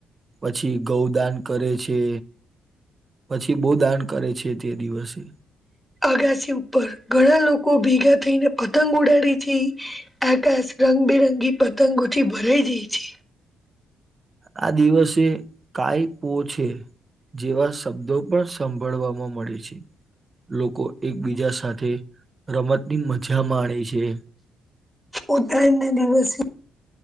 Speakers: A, on the right; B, in the centre.
A: પછી ગૌદાન કરે છે. પછી બવ દાન કરે છે તે દિવસે
B: અગાસી ઉપર ઘણા લોકો ભેગા થઈને પતંગ ઉડાડે છે. આકાશ રંગબેરંગી પતંગોથી ભરાઈ જાઈ છે.
A: આ દિવસે કાઈપો છે જેવા શબ્દો પણ સાંભળવામાં મળે છે. લોકો એકબીજા સાથે રમતની મજા માણે છે.
B: ઉતરાયણ ના દિવસે